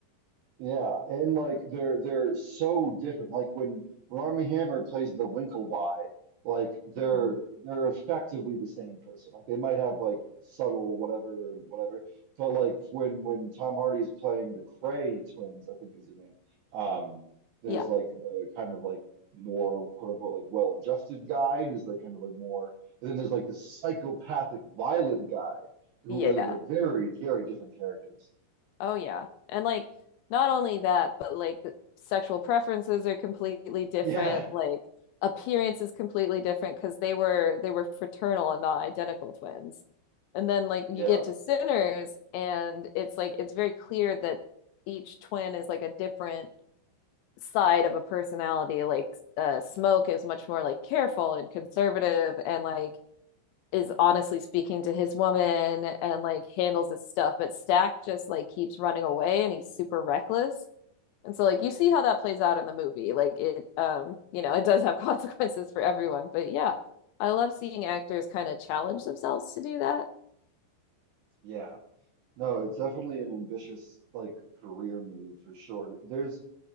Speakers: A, on the right; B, on the left.
A: Yeah, and like they're they're so different. Like when when Armie Hammer plays the Winkleby, like they're
B: Mhm.
A: they're effectively the same person. Like they might have like subtle whatever whatever, but like when when Tom Hardy's playing the Cray twins, I think is their name. Um, there's
B: Yeah.
A: like the kind of like more quote unquote like well-adjusted guy who's like kind of like more, and then there's like the psychopathic violent guy who
B: Yeah.
A: are they're very very different characters.
B: Oh yeah. And like not only that, but like the sexual preferences are completely different,
A: Yeah,
B: like appearance is completely different because they were they were fraternal and not identical twins. And then like you
A: yeah,
B: get to Sinners and it's like it's very clear that each twin is like a different side of a personality. Like uh Smoke is much more like careful and conservative and like is honestly speaking to his woman and like handles his stuff, but Stack just like keeps running away and he's super reckless. And so like you see how that plays out in the movie. Like it um, you know, <laughs> it does have consequences for everyone. But yeah, I love seeing actors kind of challenge themselves to do that.
A: yeah. No, it's definitely an ambitious like career move for sure. There's